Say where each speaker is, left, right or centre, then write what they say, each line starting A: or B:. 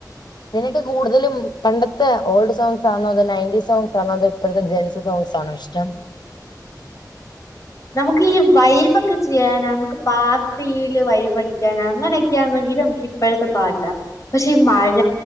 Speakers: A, on the left; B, on the left.
A: നിനക്ക് കൂടുതലും പണ്ടത്തെ ഓൾഡ് സോങ് ആണോ അതോ നയൻറ്റീസ് സോങ്സ് ആണോ അതോ ഇപ്പോഴത്തെ ജെൻസ് സോങ്ങ്സാണോ ഇഷ്ടം
B: നമുക്ക് ഈ വൈബ്ക്കെ ചെയ്യാനാ നമുക്ക് പാർട്ടിയില് വൈബടിക്കാനോ അങ്ങനെ ങ്കിൽ നമക്ക് ഇപ്പഴത്തെ പാട്ടാ പക്ഷെ ഈ മഴ